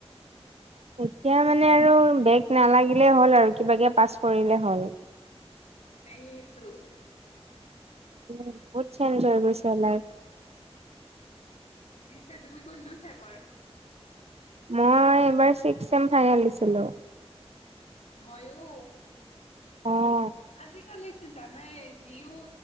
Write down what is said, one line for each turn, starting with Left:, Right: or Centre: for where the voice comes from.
Right: এতিয়া মানে আৰু বেগ নালাগিলে হ'ল আৰু কিবা কে পাছ কৰিলে হ'ল।
Left: তাকেইতো।
Right: উ বহুত চ এনজয় কৰিছে লাইফ <unintelligible>
Left: পিছে তুমি কোনটো চেমৰ?
Right: মই এইবাৰ ছিক্স এম ফাইেলিছিলো।
Left: মইও,
Right: অ
Left: আজিকালিতো জানাই যিও।